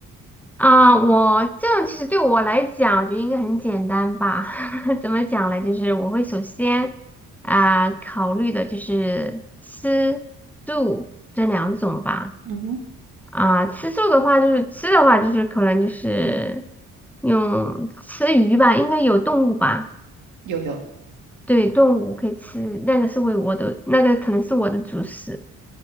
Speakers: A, in the centre; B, on the right.
A: 啊！我这样其实对我来讲，我觉得应该很简单吧？<laughs> 怎么讲呢？就是我会首先啊、考虑的就是吃住这两种吧。
B: 嗯哼，
A: 啊、吃住的话就是吃的话就是可能就是用吃鱼吧，应该有动物吧？
B: 有有，
A: 对，动物可以吃，那个是为我的那个可能是我的主食。